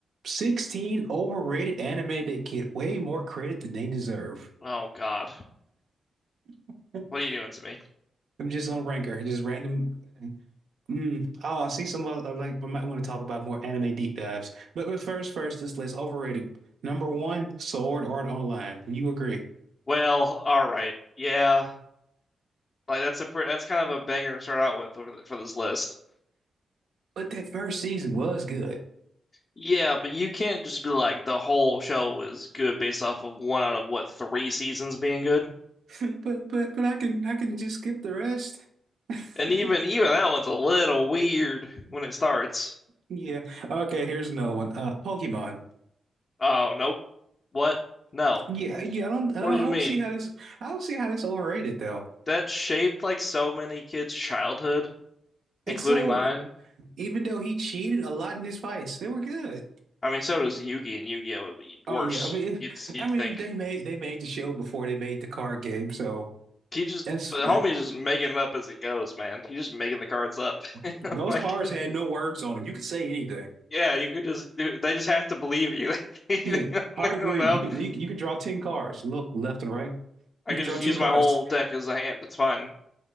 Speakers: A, on the right; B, on the left.
A: 16 overrated anime that get way more credit than they deserve.
B: Oh God,
A: <laughs>
B: what are you doing to me?
A: I'm just on Ranker, just random. Mm, oh, I see some other, like we might want to talk about more anime deep dives. But but first, first, this list overrated. Number one, Sword Art Online. You agree?
B: Well, all right, yeah, like that's a pre that's kind of a banger to start out with for, for this list.
A: But that first season was good. <laughs>
B: Yeah, but you can't just be like the whole show is good based off of one out of what three seasons being good.
A: But but but I can I can just skip the rest. <laughs>
B: And even even that one's a little weird when it starts.
A: Yeah. Okay, here's another one. Uh, Pokemon.
B: Oh nope, what? No,
A: Yeah, yeah. I don't I
B: what
A: don't
B: do you
A: I don't
B: mean?
A: see how this I don't see how this overrated though.
B: That shaped like so many kids' childhood,
A: It's
B: including
A: so
B: mine.
A: even though he cheated a lot in his fights, they were good.
B: I mean, so does Yu-Gi and Yu-Gi-Oh!
A: Oh
B: Worse,
A: yeah, I mean,
B: you'd
A: <laughs>
B: you'd
A: I mean
B: think.
A: they made they made the show before they made the card game, so
B: He just
A: that's
B: the homie is just making it up as he goes, man. He's just making the cards up. <laughs> I'm
A: <laughs> those
B: like,
A: cards had no words on them. You could say anything.
B: yeah, you could just they just have to believe you. <laughs> they
A: Yeah, I'd agree.
B: don't know.
A: You could you, could- you could draw ten cards. Look left and right.
B: I
A: You could
B: can
A: draw
B: just
A: ten
B: use
A: cards.
B: my whole deck as a hand. It's fine.